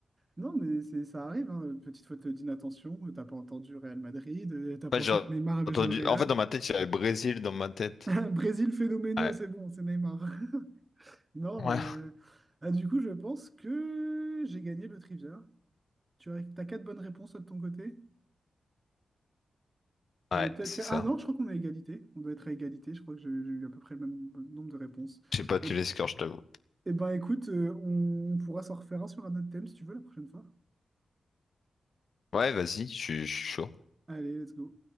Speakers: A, on the right (about 25°); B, on the left (about 65°).
A: Non, mais c'est, ça arrive, hein. Petite faute d'inattention, t'as pas entendu Real Madrid, euh, t'as pensé
B: En fait, j'ai
A: que Neymar avait
B: entendu.
A: joué au Real.
B: En fait, dans ma tête, il y avait Brésil dans ma tête.
A: <laughs> Brésil phénoménal,
B: Ouais,
A: c'est bon, c'est Neymar. <laughs> Non,
B: ouais,
A: euh, ah, du coup, je pense que j'ai gagné le trivia. Tu as, t'as quatre bonnes réponses toi, de ton côté? J'en
B: ouais,
A: ai peut-être...
B: c'est ça.
A: Ah non, je crois qu'on est à égalité. On doit être à égalité, je crois que j'ai j'ai eu à peu près le même nombre de réponses.
B: J'ai pas tué
A: Et,
B: les scores, je t'avoue.
A: et ben écoute, euh, on pourra s'en refaire un sur un autre thème si tu veux la prochaine fois.
B: Ouais, vas-y, je suis je suis chaud.
A: Allez, let's go.